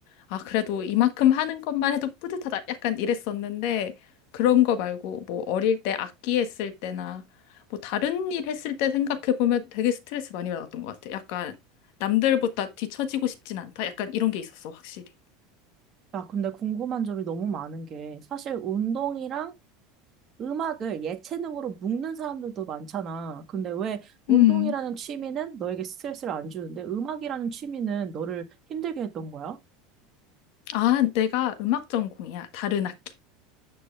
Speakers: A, on the left (about 60°); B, on the right (about 30°).
A: 아, 그래도 이만큼 하는 것만 해도 뿌듯하다. 약간 이랬었는데, 그런 거 말고, 뭐, 어릴 때 악기 했을 때나, 뭐, 다른 일 했을 때 생각해보면 되게 스트레스 많이 받았던 것 같아. 약간, 남들보다 뒤처지고 싶진 않다. 약간 이런 게 있었어, 확실히.
B: 아, 근데 궁금한 점이 너무 많은 게 사실 운동이랑 음악을 예체능으로 묶는 사람들도 많잖아. 근데 왜 운동이라는
A: 음.
B: 취미는 너에게 스트레스를 안 주는데 음악이라는 취미는 너를 힘들게 했던 거야?
A: 아, 내가 음악 전공이야. 다른 악기.